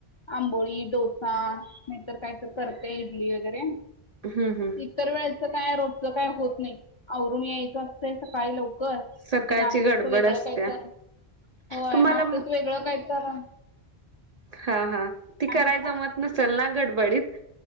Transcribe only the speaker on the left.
आंबोली डोसा नाहीतर काही तर करते इडली वगैरे
इतर वेळेचं काय रोजच काय होत नाही आवरून यायचं असतंय सकाळी लाऊ कर म्हण
ते नाश्त्याचं
वेगळं
काय कारण होय
नाश्त्याचं वेगळं काय कारण
म्हटला